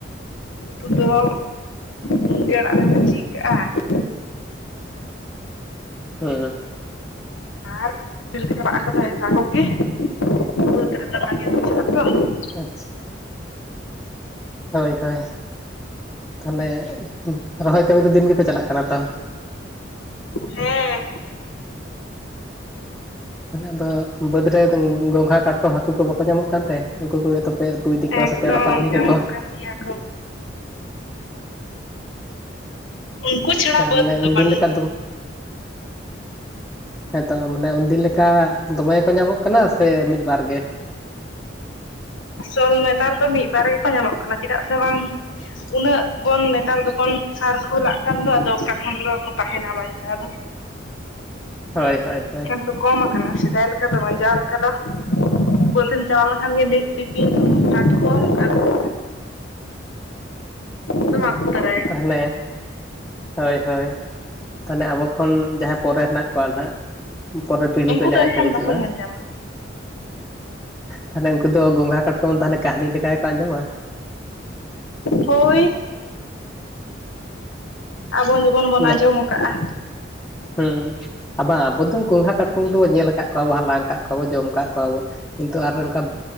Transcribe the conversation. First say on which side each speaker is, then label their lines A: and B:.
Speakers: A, on the left (about 85°); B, on the left (about 15°).
A: ᱩᱛᱩ ᱫᱚ ᱢᱩᱱᱜᱟᱹ ᱟᱲᱟᱜ ᱞᱮ ᱵᱷᱟᱹᱡᱤ ᱠᱟᱜᱼᱟ ᱾
B: ᱦᱮᱸ, ᱦᱮᱸ᱾
A: ᱟᱨ <unintelligible> ᱛᱟᱦᱮ ᱱᱟᱠᱚᱜ ᱠᱤ ᱵᱟᱹᱫᱽ ᱨᱮᱫᱚ ᱵᱟᱝᱮ ᱵᱩᱡᱷᱟᱹᱜᱼᱟ ᱛᱚ ᱾ <unintelligible>
B: ᱟᱪᱪᱷᱟ, ᱦᱳᱭ ᱦᱳᱭ ᱛᱟᱦᱚᱞᱮ ᱨᱚᱦᱚᱭ ᱠᱟᱹᱢᱤ ᱫᱚ, ᱫᱤᱱ ᱜᱮᱯᱮ ᱪᱟᱞᱟᱜ ᱠᱟᱱᱟ ᱛᱚ?
A: ᱦᱮᱸ,
B: ᱛᱟᱦᱚᱞᱮ ᱟᱫᱚ ᱵᱟᱹᱫᱽ ᱨᱮ ᱫᱚᱝ ᱜᱚᱝᱜᱷᱟ ᱠᱟᱴᱠᱚᱢ ᱦᱟᱠᱩ ᱠᱚ ᱵᱟᱠᱚ ᱧᱟᱢᱚᱜ ᱠᱟᱱᱛᱮ? ᱩᱱᱠᱩ ᱠᱚᱜᱮ ᱛᱚᱯᱮ ᱩᱛᱩ ᱤᱫᱤ ᱠᱚᱣᱟ
A: ᱮᱠᱫᱚᱢ
B: ᱥᱮ ᱯᱮ ᱨᱟᱯᱟᱜ ᱤᱫᱤ
A: ᱧᱟᱢᱚᱜ
B: ᱠᱮᱠᱚᱣᱟ᱾
A: ᱠᱟᱱ ᱜᱤᱭᱟ ᱠᱚ᱾ ᱩᱱᱠᱩ ᱪᱷᱟᱲᱟ
B: ᱠᱟ
A: ᱵᱟᱹᱫᱽ
B: ᱢᱟᱱᱮ
A: ᱫᱚ
B: ᱩᱱᱫᱤᱱ
A: ᱵᱟᱹᱱᱩᱜ
B: ᱞᱮᱠᱟ ᱫᱚ ᱦᱮᱛᱚ ᱢᱟᱱᱮ ᱩᱱᱫᱤᱱ ᱞᱮᱠᱟ ᱫᱚᱢᱮ ᱠᱚ ᱧᱟᱢᱚᱜ ᱠᱟᱱᱟ ᱥᱮ ᱢᱤᱫ ᱵᱟᱨ ᱜᱮ? <inaudible>
A: ᱟᱥᱚᱞ ᱱᱮᱛᱟᱨ ᱫᱚ ᱢᱤᱫ ᱵᱟᱨ ᱜᱮᱠᱚ ᱧᱟᱢᱚᱜ ᱠᱟᱱᱟ ᱪᱮᱫᱟᱜ ᱥᱮ ᱵᱟᱝ᱾ ᱩᱱᱟᱹᱜ ᱵᱚᱱ ᱱᱮᱛᱟᱨ ᱫᱚᱵᱚᱱ ᱥᱟᱨ ᱠᱷᱩᱞᱟᱜ ᱠᱟᱱ ᱫᱚ, ᱟᱫᱚ ᱚᱠᱟ ᱠᱷᱚᱱ ᱫᱚᱠᱚ ᱛᱟᱦᱮᱱᱟ ᱵᱟᱧᱪᱟᱣ ᱫᱚ᱾
B: ᱦᱚᱭ, ᱦᱚᱭ, ᱦᱚᱭ᱾
A: ᱛᱚ ᱠᱚᱢ ᱠᱟᱱᱟ ᱥᱮᱫᱟᱭ ᱞᱮᱠᱟ ᱫᱚ, ᱡᱟᱣ ᱞᱮᱠᱟ ᱫᱚ, ᱵᱟᱹᱛᱮᱢ ᱪᱟᱞᱟᱣ ᱞᱮᱱᱠᱷᱟᱱ ᱜᱮ ᱢᱤᱫ ᱴᱤᱯᱤᱝ ᱠᱟᱴᱠᱚᱢ ᱟᱨ ᱫᱚᱢ ᱫᱚᱢ ᱟᱜᱩ ᱛᱟᱨᱟᱭ
B: ᱦᱟᱞᱮ ᱦᱳᱭ ᱦᱳᱭ, ᱛᱟᱦᱚᱞᱮ ᱟᱵᱚ ᱠᱷᱚᱱ ᱡᱟᱦᱟᱸᱭ ᱯᱚᱨᱮ ᱦᱮᱱᱟᱜ ᱠᱚᱣᱟ ᱱᱟᱦᱟᱜ ᱯᱚᱨᱮ ᱯᱤᱲᱦᱤ
A: ᱩᱱᱠᱩ
B: ᱠᱚ ᱡᱟᱦᱟᱸᱭ
A: ᱫᱚ ᱮᱱᱠᱷᱟᱱ
B: ᱠᱚ ᱦᱤᱡᱩᱜᱼᱟ᱾
A: ᱵᱟᱠᱚ ᱧᱮᱞ ᱧᱟᱢᱟ
B: ᱛᱟᱦᱞᱮ ᱩᱱᱠᱩ ᱫᱚ ᱜᱚᱸᱝᱜᱷᱟ, ᱠᱟᱴᱠᱚᱢ, ᱛᱟᱦᱚᱞᱮ ᱠᱟᱹᱦᱱᱤ ᱞᱮᱠᱟ ᱜᱮᱠᱚ ᱟᱸᱡᱚᱢᱟ?
A: ᱦᱳᱭ, ᱟᱵᱚ ᱵᱚᱱ ᱵᱚᱱ ᱟᱸᱡᱚᱢ
B: ᱡᱟ
A: ᱟᱠᱟᱜᱼᱟ᱾
B: ᱦᱩᱸ ᱟᱨ ᱵᱟᱝ ᱟᱵᱚ ᱫᱚ ᱜᱚᱸᱝᱜᱷᱟ, ᱠᱟᱴᱠᱚᱢ ᱫᱚ ᱧᱮᱞ ᱟᱠᱟᱫ ᱠᱚᱣᱟ ᱵᱚᱱ, ᱦᱟᱞᱟᱝ ᱟᱠᱟᱫ ᱠᱚᱣᱟ ᱵᱚᱱ ᱡᱚᱢ ᱟᱠᱟᱜ ᱠᱚᱣᱟ ᱵᱚ, ᱠᱤᱱᱛᱩ ᱟᱨ ᱚᱝᱠᱟ